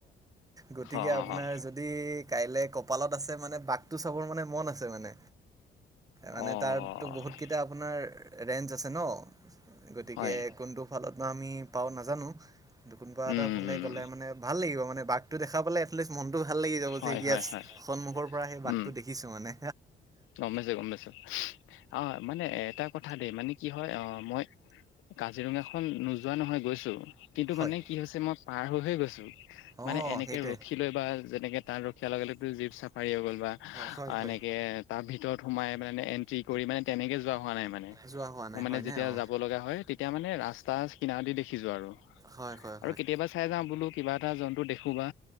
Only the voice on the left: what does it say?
অ
অ
অ',
হয়।
উম,
উম,
হয়,
হয়, হয়,
উম,
গম পাইছোঁ, গম পাইছোঁ, অ', মানে এটা কথা দেই মানে কি হয় আহ মই কাজিৰঙাখন নোযোৱা নহয় গৈছো, কিন্তু
মানে কি হৈছে মই পাৰ হৈহে গৈছো।
মানে এনেকে
ৰখি লৈ বা যেনেকে তাত ৰখিয়া লগে-লগে জীপ চাপ পাৰী হৈ গ'ল, বা অ',
এনেকে
তাৰ ভিতৰত সোমাই মানে এন্ট্ৰি কৰি মানে তেনেকে যোৱা হোৱা নাই মানে।
মই
মানে
যেতিয়া
যাব লগা হয়, তেতিয়া মানে ৰাস্তা কনাৰ দি দেখিছোঁ আৰু।
আৰু
কেতিয়াবা চাই যাওঁ, বোলোঁ কিবা এটা জন্তু দেখোঁ বা,